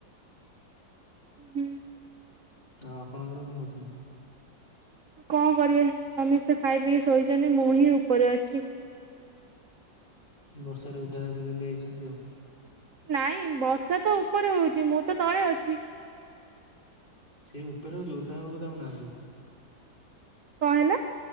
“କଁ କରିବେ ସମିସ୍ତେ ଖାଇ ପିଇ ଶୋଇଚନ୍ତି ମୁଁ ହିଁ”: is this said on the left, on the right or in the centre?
Right